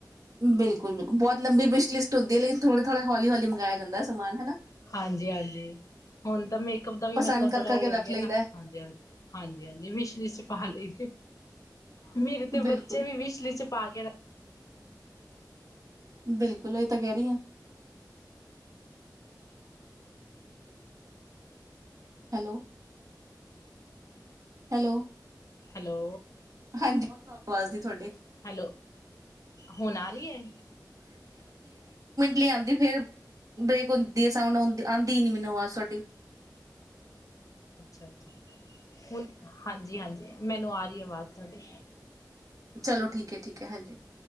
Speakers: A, on the right; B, on the left.
A: ਬਿਲਕੁਲ-ਬਿਲਕੁਲ ਬਹੁਤ ਲੰਬੀ ਵਿਸ਼ ਲਿਸਟ ਹੁੰਦੀ ਹੈ, ਲੇਕਿਨ ਥੋੜੇ-ਥੋੜੇ ਹੌਲੀ-ਹੌਲੀ ਮੰਗਇਆ ਜਾਂਦਾ ਸਮਾਨ ਹਨਾ।
B: ਹਾਂਜੀ-ਹਾਂਜੀ, ਹੁਣ ਤਾਂ ਮੇਕਅਪ ਦਾ ਵੀ
A: ਪਸੰਦ
B: ਮਤਲਬ
A: ਕਰ
B: ਬੜਾ
A: ਕਰਕੇ
B: ਹੋ
A: ਰੱਖ
B: ਗਿਆ
A: ਲਈਦਾ
B: ਨਾ
A: ਹੈ।
B: ਹਾਂਜੀ-ਹਾਂਜੀ-ਹਾਂਜੀ ਮਿਛਲੀ ਚ ਪਾ ਲਈ, ਮੇਰੇ ਤੇ
A: ਬਿਲਕੁਲ
B: ਬੱਚੇ ਵੀ ਵਿਛਲੀ ਚ ਪਾ ਕੇ ਰ
A: ਬਿਲਕੁਲ ਤਾਂ ਕਹਿ ਰਹੀ ਆ। ਹੈਲੋ, ਹੈਲੋ,
B: ਹੈਲੋ,
A: ਹਾਂਜੀ ਬਹੁਤ ਆਵਾਜ਼ ਦੀ ਤੁਹਾਡੇ,
B: ਹੈਲੋ, ਹੁਣ ਆ ਰਾਹੀ ਹੈ।
A: ਲੇ ਆਦੀ ਫੇਰ ਬ੍ਰੇਕ ਹੁੰਦੀ ਐ ਸਾਊਂਡ ਆਉਂ ਆਦੀ ਨੀ ਮੈਨੂੰ ਆ ਸੋਡੀ,
B: ਅੱਛਾ, ਅੱਛਾ ਹੁਨ ਹਾਂਜੀ, ਹਾਂਜੀ। ਮੈਨੂੰ ਆ ਰੀ ਏ ਵਾਜ਼ ਤੁਹਾਡੀ।
A: ਚਲੋ ਠੀਕ ਏ, ਠੀਕ ਏ, ਹਾਂਜੀ।